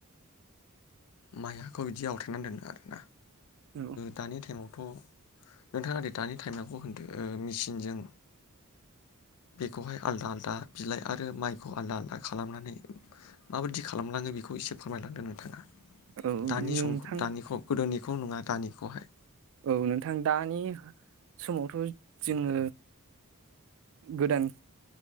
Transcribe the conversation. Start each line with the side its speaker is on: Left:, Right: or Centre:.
Left: माइखौ बिदि आवथायनानै दोनो आरोना
Right: औ
Left: दानि टाइमावथ' नोंथाङाओै दानि टाइमावखौ होनदो मेसिनजों बेखौहाय आलदा आलदा बिलाइ आरो आरो माइखौ आलदा आलदा खालामनानै माबायदि खालामलाङो बि बेखौ एसे फोरमायलांदों नोंथाङा
Right: औ
Left: दानि
Right: नोंथां
Left: सम दानिखौ गोदोनि बेखौ नङा दानिखौहाय
Right: औ नोंथां दानि समावथ' जोङो गोदान